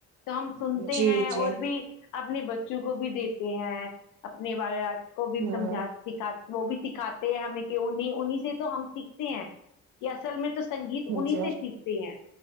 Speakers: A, on the left; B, on the right.
A: تو ہم سنتے
B: جی
A: ہیں اور
B: جی
A: بھی اپنے بچوں کو بھی دیتے ہیں اپنے وال کو بھی
B: ہوں
A: سمجا سکھات وہ بھی سکھاتے ہیں ہمیں کہ انہیں انہیں سے تو ہم سیکھتے ہیں کہ اصل میں تو سنگیت انہیں
B: جی
A: سے سیکھتے ہیں